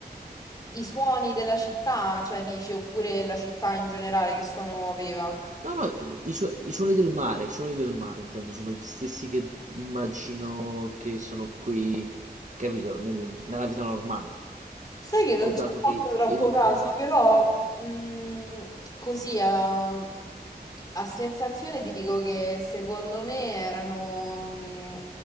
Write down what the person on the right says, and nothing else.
No, no, i, i suo- i suoni del mare, i suoni del mare, intendo, sono gli stessi che immagino che sono qui, capito, nel- nella vita normale.
Ho dato
che
il mondo...